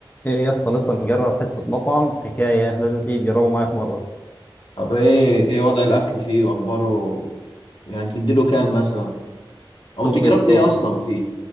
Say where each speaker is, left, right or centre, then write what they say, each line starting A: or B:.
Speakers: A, on the left; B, on the left.
A: ايه يا اسطى لسه مجرب حتة مطعم حكاية لازم تيجي تجربه معايا في مرة
B: طب ايه ايه وضع الاكل فيه واخباره يعني تديله كام مثلا او
A: توب
B: انت جربت
A: التوب
B: ايه اصلا فيه